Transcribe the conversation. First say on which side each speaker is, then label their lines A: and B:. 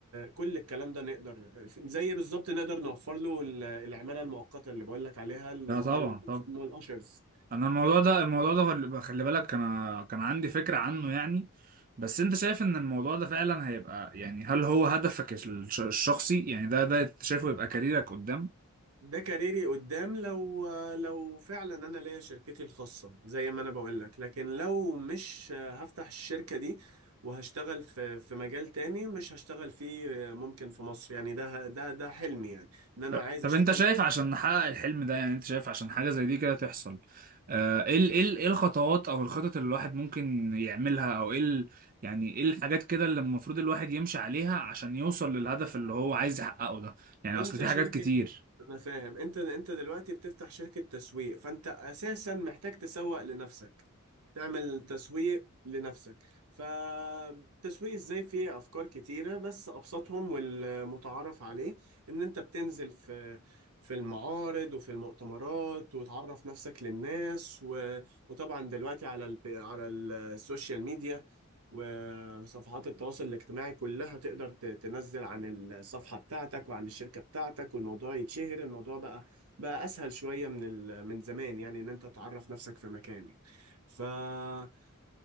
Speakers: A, on the right (about 85°); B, on the right (about 40°).
A: كل الكلام ده نقدر زي بالظبط نقدر نوفر له العمالة المؤقتة اللي بقول لك عليها اللي
B: ده
A: هم
B: طبعا
A: اللي بيسموا
B: طبعا
A: الأشرز
B: انا الموضوع ده الموضوع ده خل- خلي بالك انا كان عندي فكرة عنه يعني بس انت شايف ان الموضوع ده فعلا هيبقى يعني هل هو هدفك الش- الشخصي يعني ده ده انت شايفه يبقى كاريرك قدام
A: ده كاريري قدام لو لو فعلا انا ليا شركتي الخاصه زي ما انا بقول لك لكن لو مش هفتح الشركه دي وهشتغل في في مجال تاني مش هشتغل فيه ممكن في مصر يعني ده ده ده حلمي يعني ان انا
B: طب
A: عايز
B: طب
A: اشتغل
B: انت شايف عشان نحقق الحلم ده يعني انت شايف عشان حاجة زي دي كده تحصل آه، ايه ال- ايه ال- ايه الخطوات او الخطط اللي الواحد ممكن يعملها او ايه ال- يعني ايه الحاجات كده اللي المفروض الواحد يمشي عليها عشان يوصل للهدف اللي هو عايز يحققه ده يعني
A: انت
B: اصل في حاجات
A: شركه
B: كتير
A: انا فاهم انت انت دلوقتي بتفتح شركة تسويق فانت اساسا محتاج تسوق لنفسك تعمل تسويق لنفسك فالتسويق ازاي فيه افكار كتيرة بس ابسطهم والمتعارف عليه ان انت بتنزل في في المعارض وفي المؤتمرات وتعرف نفسك للناس و... وطبعا دلوقتي على ال... على السوشيال ميديا وصفحات التواصل الاجتماعي كلها تقدر ت- تنزل عن الصفحة بتاعتك وعن الشركة بتاعتك والموضوع يتشهر الموضوع بقى بقى أسهل شوية من ال... من زمان يعني إن أنت تعرف نفسك في مكان فكل